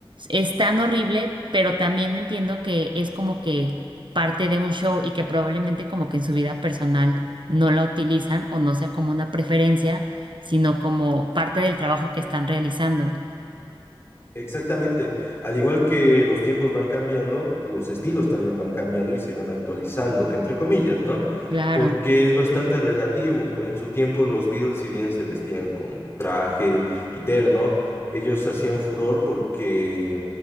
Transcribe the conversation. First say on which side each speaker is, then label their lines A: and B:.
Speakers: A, on the right; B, on the left.
A: es tan horrible, pero también entiendo que es como que parte de un show y que probablemente como que en su vida personal no la utilizan o no sea como una preferencia, sino como parte del trabajo que están realizando.
B: Exactamente. Al igual que los tiempos van cambiando, los estilos también van cambiando y se van actualizando, entre comillas, ¿no?
A: Claro,
B: Porque es bastante relativo. pues, En su tiempo los Beatles, si bien se vestían con traje y terno, ellos hacían furor porque